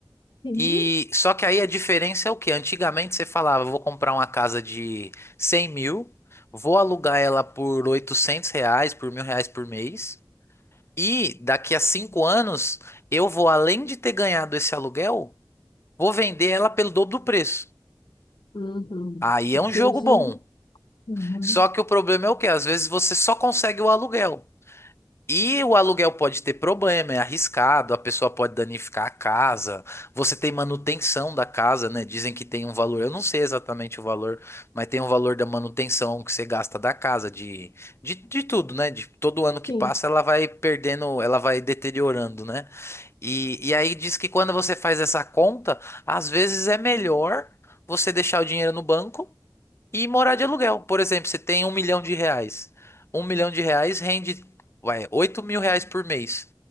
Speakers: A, on the left; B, on the left.
A: Sim.
B: E só que aí a diferença é o que Antigamente você falava, vou comprar uma casa de 100 mil, vou alugar ela por 800 reais, por mil reais por mês, e daqui a cinco anos eu vou, além de ter ganhado esse aluguel, Vou vender ela pelo dobro do preço.
A: Uhum.
B: Aí é um
A: Que
B: jogo
A: hoje.
B: bom.
A: Uhum.
B: Só que o problema é o quê? Às vezes você só consegue o aluguel. E o aluguel pode ter problema, é arriscado, a pessoa pode danificar a casa, você tem manutenção da casa, né? Dizem que tem um valor, eu não sei exatamente o valor, mas tem um valor da manutenção que você gasta da casa, de, de, de tudo, né? De todo ano que
A: Sim.
B: passa, ela vai perdendo, ela vai deteriorando, né? E, e aí diz que quando você faz essa conta, às vezes é melhor você deixar o dinheiro no banco e morar de aluguel. Por exemplo, você tem um milhão de reais. Um milhão de reais rende, vai, oito mil reais por mês.